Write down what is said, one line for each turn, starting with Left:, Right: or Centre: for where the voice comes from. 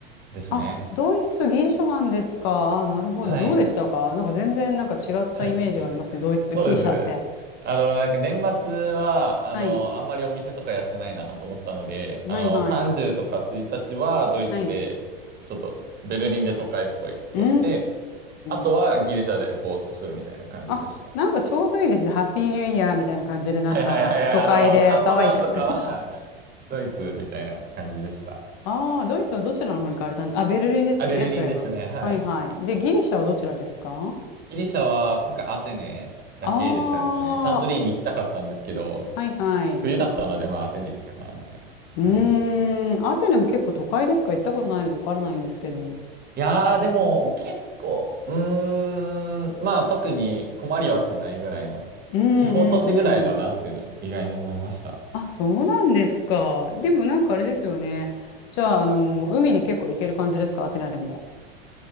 Right: ですね。
Left: あ、ドイツとギリシャなんですか。あ、なるほど。
Right: はい。
Left: どうでしたかなんか全然なんか違ったイメージがありますね。
Right: はい。
Left: ドイツとギリシャって。
Right: そうですね。あの、なんか年末は、あの、
Left: はい。
Right: あんまりお店とかやってないなと思ったので、
Left: はいはい。
Right: あの、30とか1日はドイツで、
Left: はい。
Right: ちょっとベルリンで都会っぽいことをして、
Left: うー
Right: あとはギリシャでぼーっとするみたいな感じでした。
Left: ん。あ、なんかちょうどいいですね。ハッピーニューイヤーみたいな感じで、なんか都会で騒いで。
Right: はいはいはいはい。あの、カウントダウンとかは <laughs> ドイツみたいな感じでした。
Left: <laughs> ああ、ドイツはどちらの方に行かれたんであ、ベルリンですよね。
Right: あ、ベルリンですね。
Left: そういえば。
Right: はい。
Left: はいはい。で、ギリシャはどちらですか
Right: ギリシャは今回アテネだけでしたかね。
Left: ああー、
Right: サントリーに行きたかったんですけど、
Left: はいはい。
Right: 冬だったのでまあアテネでいいかなみたいな感じでした。
Left: うーん。アテネも結構都会ですか行ったことないので分からないんですけど。
Right: いやーでも結構、うーん、まあ特に困りはしないぐらいの、
Left: うんうんうん。
Right: 地方都市ぐらいだなっていうのは意外に思いました。
Left: あ、そうなんですか。でもなんかあれですよね。じゃあ、あの、海に結構行ける感じですかアテナでも。